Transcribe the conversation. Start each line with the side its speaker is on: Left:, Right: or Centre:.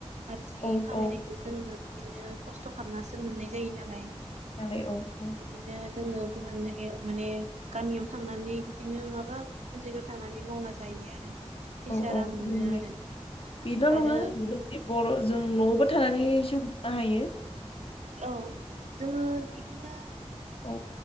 Right: आरजियै
Left: औ
Right: खामायनायखौ
Left: औ
Right: जोङो बिदिनो खस्थ' खालामनासो मोननाय जायो नालाय
Left: दालाय औ औ
Right: बिदिनो जोङो गुबुन जायगायाव माने गामियाव थांनानै बिदिनो माबा गुबुन जायगायाव थांनानै मावना जायो आरो फैसा
Left: औ औ
Right: रां
Left: उ
Right: मोनो
Left: दे
Right: आरो
Left: बेल'
Right: आरो
Left: नङा जों गेब बर'जों न'आवबो थानि
Right: उम
Left: जिउब बाहायो
Right: औ जोङो इदिनो
Left: औ